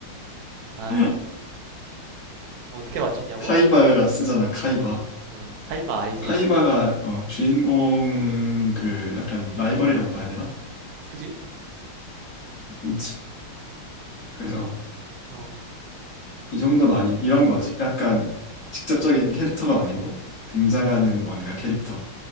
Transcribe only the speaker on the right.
아,
어떻게 맞췄냐고?
어, 카이바 알지.
그지?
어.